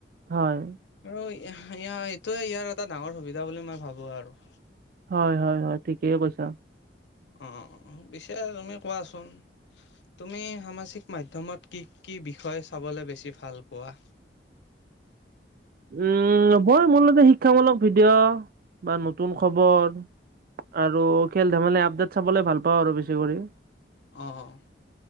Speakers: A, on the right; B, on the left.
A: হয়।
B: আৰু এইটোয়ে ইয়াৰ, এটা ডাঙৰ সুবিধা বুলি মই ভাবো আৰু।
A: হয়, হয়, হয়, ঠিকেই কৈছা।
B: অ, পিছে তুমি কোৱাচোন? তুমি সামাজিক মাধ্যমত কি কি বিষয় চাবলৈ বেছি ভাল পোৱা?
A: উম, ভই মোলতে, শিক্ষামূলক ভিডিঅ, বা নতুন খবৰ। আৰু খেল-ধেমালি আপডেট চাবলে ভাল পাওঁ আৰু বেছি কৰি।
B: অ, অ,